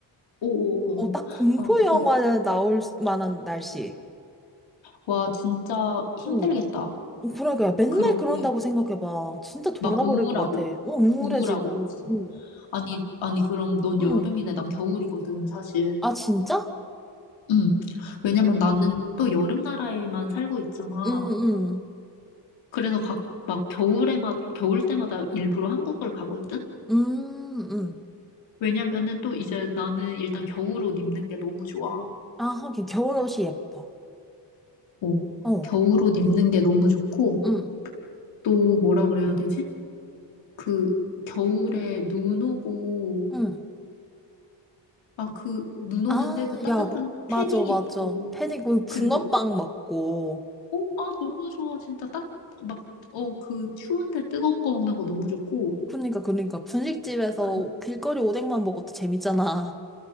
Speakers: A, on the left (about 80°); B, in the centre.
A: 오,
B: 어, 딱 공포
A: 아, 그,
B: 영화에 나올 만한 날씨.
A: 와, 진짜 힘들겠다.
B: 어. 어, 그러니까 야, 맨날
A: 그렇게,
B: 그런다고 생각해봐. 진짜 돌아버릴
A: 막 우울하고,
B: 것 같아. 어, 우울해지고.
A: 우울하고, 그치?
B: 어.
A: 아니, 아니, 그럼 넌
B: 응.
A: 여름이네, 난 겨울이거든, 사실.
B: 아, 진짜?
A: 응. 왜냐면 나는 또 여름 나라에만 살고 있잖아.
B: 응, 응.
A: 그래서 각, 막 겨울에만, 겨울 때마다 일부러 한국을 가거든?
B: 음, 응.
A: 왜냐면은 또 이제 나는 일단 겨울옷 입는 게 너무 좋아.
B: 아, 하긴 겨울옷이 예뻐.
A: 어.
B: 어.
A: 겨울옷 입는 게 너무 좋고,
B: 응,
A: 또 뭐라 그래야 되지? 그 겨울에 눈 오고,
B: 응.
A: 아, 그 눈 오는데
B: 아,
A: 그 따뜻한
B: 야, 그- 맞아,
A: 패딩
B: 맞아.
A: 입고,
B: 패딩, 그 붕어빵
A: 그리고,
B: 먹고.
A: 어, 아, 너무 좋아. 진짜 따, 막, 어, 그 추운데 뜨거운 거 먹는 거 너무 좋고,
B: 그러니까, 그러니까. 분식집에서
A: 그리고,
B: 길거리 오뎅만 먹어도 재밌잖아.